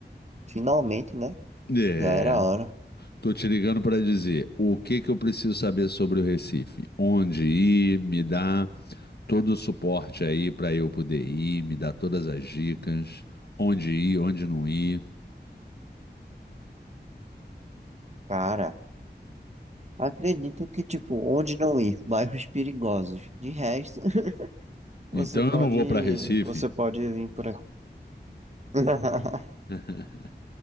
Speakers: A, on the right; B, on the left.
A: Finalmente, né?
B: É.
A: Já era hora.
B: Tô te ligando para dizer o que que eu preciso saber sobre o Recife. Onde ir, me dá todo o suporte aí para eu poder ir, me dá todas as dicas, onde ir, onde não ir.
A: Cara, acredito que, tipo, onde não ir? <laughs> Bairros perigosos. De resto, <laughs>
B: Então
A: você pode,
B: eu não vou para Recife.
A: você pode vir por aqui. <laughs>
B: <laughs>